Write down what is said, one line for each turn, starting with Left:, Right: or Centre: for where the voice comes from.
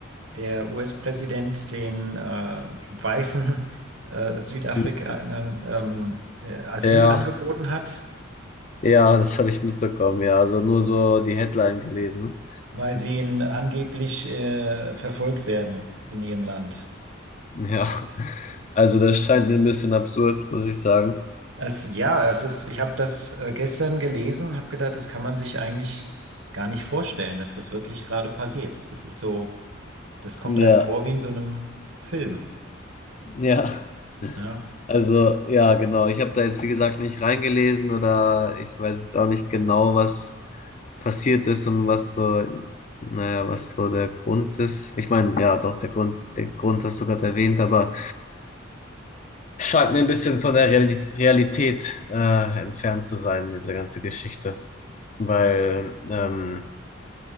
Right: der US-Präsident den äh, weißen äh, Südafrikanern
Left: Hm.
Right: ähm, äh, Asyl
Left: Ja,
Right: angeboten hat?
Left: ja, das habe ich mitbekommen, ja. Also nur so die Headline gelesen.
Right: weil sie in, angeblich äh, verfolgt werden in ihrem Land.
Left: Ja. <laughs> Also das scheint mir ein bisschen absurd, muss ich sagen.
Right: Es, ja, es ist, ich habe das äh, gestern gelesen und habe gedacht, das kann man sich eigentlich gar nicht vorstellen, dass das wirklich gerade passiert. Das ist so, das kommt
Left: Ja,
Right: einem vor wie in so einem Film.
Left: ja.
Right: Ja.
Left: Also, ja, genau. Ich habe da jetzt, wie gesagt, nicht reingelesen oder ich weiß jetzt auch nicht genau, was passiert ist und was so, naja, was so der Grund ist. Ich meine, ja, doch, der Grund, den Grund hast du gerade erwähnt, aber Scheint mir ein bisschen von der Reali- Realität äh, entfernt zu sein, diese ganze Geschichte. Weil ähm,